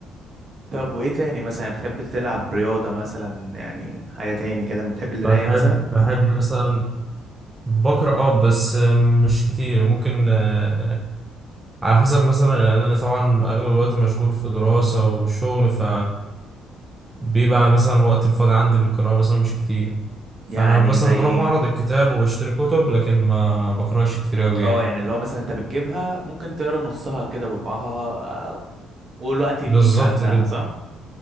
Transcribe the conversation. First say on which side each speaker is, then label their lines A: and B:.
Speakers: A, on the right; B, on the right.
A: طب وايه تاني مثلا بتحب تلعب رياضة مثلا يعني حاجة تاني كده بتحب
B: بحب
A: القراية مثلا
B: بحب مثلا بقرا اه بس مش كتير ممكن آه، على حسب مثلا يعني انا طبعا اغلب الوقت مشغول في دراسة والشغل ف بيبقى مثلا الوقت الفاضي عندي للقراءة مثلا مش كتير فانا
A: يعني
B: مثلا
A: زي
B: بروح معرض الكتاب وبشتري كتب لكن ما بقراش كتير اوي
A: اه
B: يعني
A: يعني اللي هو مثلا انت بتجيبها ممكن تقرا نصها كده ربعها آه، والوقت يلهيك
B: بالظبط
A: عنها
B: كده
A: صح